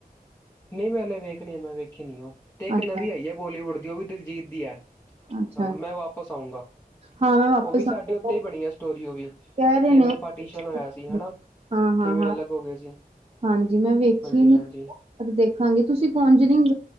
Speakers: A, on the left (about 15°); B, on the right (about 40°).
A: ਨਹੀਂ ਮੈਂ ਹਲੇ ਵੇਖਣੀ ਏ ਮੈਂ ਵੇਖੀ ਨੀ ਉਹ, ਤੇ ਇੱਕ
B: ਅੱਛਾ,
A: ਨਵੀਂ ਆਈ ਹੈ ਬੋਲੀਵੁੱਡ ਦੀ, ਉਹ ਵੀ ਦਿਲਜੀਤ ਦੀ ਏ।
B: ਅੱਛਾ।
A: ਹਾਂ, ਮੈਂ ਵਾਪਸ ਆਊਂਗਾ।
B: ਹਾਂ ਮੈਂ ਵਾਪਿਸ
A: ਉਹ ਵੀ ਸਾਡੇ
B: ਆਵਾਂ
A: ਉੱਤੇ ਈ ਬਣੀ ਆ ਸਟੋਰੀ ਉਹ ਵੀ,
B: ਕਹਿ ਰਹੇ
A: ਕਿਵੇਂ
B: ਨੇ ਉਹ
A: ਪਾਟੀਸ਼ਨ ਹੋਇਆ ਸੀ ਹਨਾ।
B: ਹਾਂ ਹਾਂ
A: ਕਿਵੇਂ
B: ਹਾਂ
A: ਅਲੱਗ ਹੋ ਗਏ ਸੀ।
B: ਹਾਂਜੀ, ਮੈਂ ਵੇਖੀ
A: ਹਾਂਜੀ-ਹਾਂਜੀ
B: ਨੀ, ਦੇਖਾਂਗੇ ਤੁਸੀਂ ਕੋਂਜਰਿਗ